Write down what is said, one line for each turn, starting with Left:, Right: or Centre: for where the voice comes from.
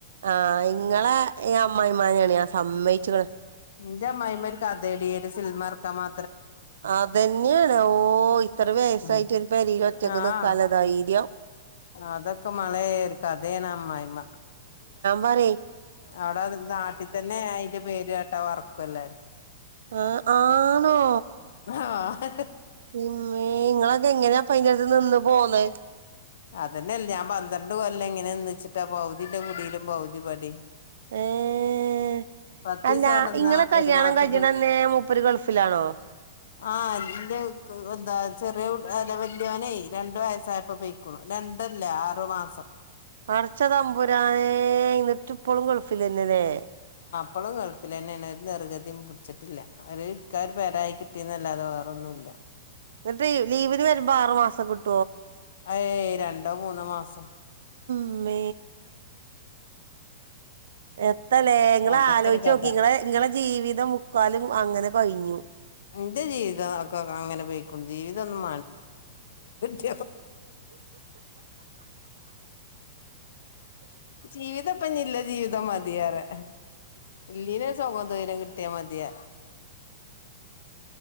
Right: ആഹ് ഇങ്ങളെ ഈ അമ്മായ്മാനാണ് ഞാൻ സമ്മയിച്ചേക്കണ്
Left: എന്റെ അമ്മായിമാര് ഒര്കഥേടി ഒരു സിൻമ ഇറക്കാൻ മാ
Right: അതന്നെയാണ് ഓ ഇത്ര വയസ്സായിട്ട്
Left: ഉം
Right: ഒരു പെരയില് ഒറ്റക്ക്
Left: ആഹ്
Right: നിർത്താനുള്ള ധൈര്യം.
Left: അതൊക്കെ ഇമ്മളേ ഒരു കഥയാണ് അമ്മായമ്മ
Right: പറയ്
Left: അവിടെ നാട്ടിൽ തന്നെ അയിന്റെ പേര് കേട്ടാ ഓർക്കു എല്ലാരും
Right: ആ ആണോ
Left: ആഹ്
Right: ഇമ്മേ ഇങ്ങളെക്കെ എങ്ങനെയാ അയിൻ്റെ അടുത്ത് നിന്ന് പോന്നേ
Left: അതന്നെയല്ല ഞാൻ പന്ത്രണ്ട് കൊല്ലം ഇങ്ങനെ നിന്നിച്ചിട്ടാ പകുതിന്റെ കുടിയിലും പകുതി ഇപടിം
Right: ഏഹ്
Left: പത്തീസം
Right: അല്ല
Left: അവിടെന്നാ
Right: ഇങ്ങളെ കല്യാണം
Left: ഒരു മാസന്റെ
Right: കഴിക്കണന്നെ മൂപ്പര് ഗൾഫിലാണോ.
Left: ആഹ് എ എന്താ ചെറിയ അല്ല വല്യവനെ രണ്ടു വയസ്സായപ്പോ പൊയ്ക്കണു രണ്ടല്ല ആറു മാസം.
Right: പടച്ച തമ്പുരാനേ എന്നിട്ടിപ്പളും ഗൾഫില് തന്നെയല്ലേ.
Left: ഇപ്പളും ഗൾഫിൽ തന്നെയാണ്. ഒരു നിർഗതിം പിടിച്ചിട്ടില്ല അയ്ല് ഇരിക്കാനൊരു പെരായി കിട്ടീന്നല്ലാതെ വേറൊന്നൂല്ല
Right: എന്നിട്ട് ലീവിന് വരുമ്പോ ആറ് മാസം കിട്ട്
Left: ഏഹ് രണ്ടോ മൂന്നോ മാസം.
Right: മ്മേ ഏ എത്താല്ലേ നിങ്ങള്
Left: അതൊക്കെയാണ്
Right: ആലോചിച്ചു
Left: കഥ
Right: നോക്കീ നിങ്ങളെ ജീവിതം മുക്കാലും അങ്ങനെ കഴിഞ്ഞു
Left: എന്റെ ജീവിതം ഒക്കെ അങ്ങനെ പോയിക്ക ജീവിതം ഒന്നും <unintelligible> ജീവിതപ്പൊ ഇനില്ല ജീവിതം മതിയേറെ ഇല്ലീന <unintelligible> ട്ടിയാ മതിയാ